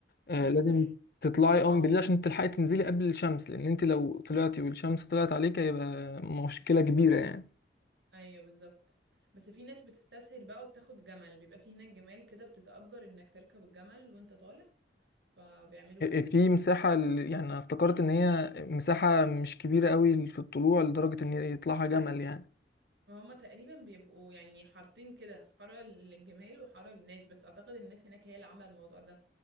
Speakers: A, on the left; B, on the right.
A: آه
B: عشان
A: لازم
B: تلحق
A: تطلعي
B: اه
A: اه
B: عشان-
A: من بالليل عشان تلحقي تنزلي قبل الشمس لان انت لو طلعتي والشمس طلعت عليك هيبقى مشكله كبيره يعني
B: ايوه بالظبط بس في ناس بتستسهل بقى وبتاخد جمل بيبقى فيه هناك جمال كده بتتأجر انك تركب الجمل وانت طالع فبيعملوا كده
A: في مساحة ال- يعني أنا افتكرت إن هي مساحة مش كبيرة قوي في الطلوع لدرجة إن يطلعها جمل يعني
B: وهما تقريبا بيبقوا يعني حارتين كده حارة للجمال وحارة للناس بس أعتقد الناس هناك هي اللي عاملة الموضوع ده